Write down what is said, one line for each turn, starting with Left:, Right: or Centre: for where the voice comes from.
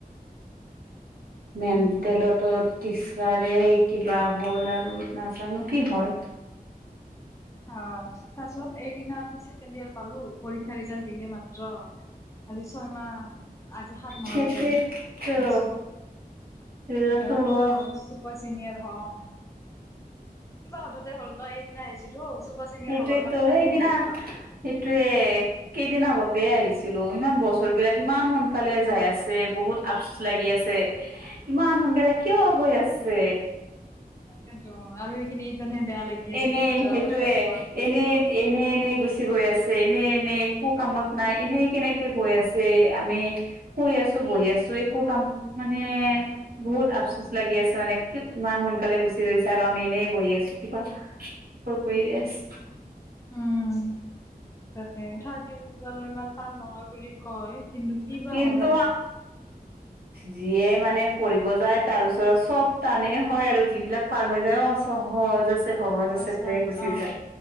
Left: <inaudible>
Right: মেন
Left: উম।
Right: তেলতো টিচাৰে কিবা হ'ল আৰু নাজানো কি হয়।
Left: অ চাচোন এইদিনা আমি চছেকেণ্ড ইয়াৰ পালো পৰীক্ষা ৰিজাল্ট দিলে মাত্ৰ কালি ছয় মাহ আজি সাত মাহলৈ
Right: সেইটোৱেতো
Left: যাম আছ
Right: ৰিজাল্টটো
Left: এইবাৰ আকৌ
Right: ওলোৱা
Left: চুপাৰ চিনিয়াৰ হ'ম কিবা হঠতে হ'ল ন এদদিনা আহিছিলো চুপাৰ চিনিয়ৰ
Right: সেইটোৱেতো
Left: হ'বৰ কাৰণে টাইম
Right: সেইদিনা
Left: হয়য়ে গল
Right: সেইটোৱে কেইদিন আগত তাতে আহিছিলো ইমান বছৰ বিলাক ইমান সোনকালে যাই আছে বহুত আফচোচ লাগি আছে। ইমান সোনকালে কিয় বৈ আছে।
Left: তাকেতো আৰু এইখিনি ইতানে বেয়া লাগি আছে
Right: এনে
Left: কিন্তু যোৱাৰ
Right: সেইটোয়ে
Left: পাছত আৰু মনত পৰি
Right: এনে
Left: থাকিব।
Right: এনে এনেই গুচি গৈ আছে এনে এনে একো কামত নাই এনে কেনেকে গৈ আছে আমি শুই আছো বহি আছো একো কাম মানে বহুত আফচোচ লাগি আছে মানে কি ইমান সোনকালে গুচি গৈছে আৰু আমি এনেই বহি আছো কিবা ক কৰি আছো
Left: উম তাকে থাৰড ই বাৰু ইমান টান নহয় বুলি কয় কিন্তু কি বা
Right: কিন্তু
Left: হয় আৰু
Right: যিয়ে মানে পঢ়িব যায় তাৰ ওচৰত চব টানেই হয় আৰু যিবিলাক পাৰ হৈ যায় অ চব হয় জাচ সহজ আছে
Left: সহজ
Right: কৈয়ে গুচি
Left: অ
Right: যায়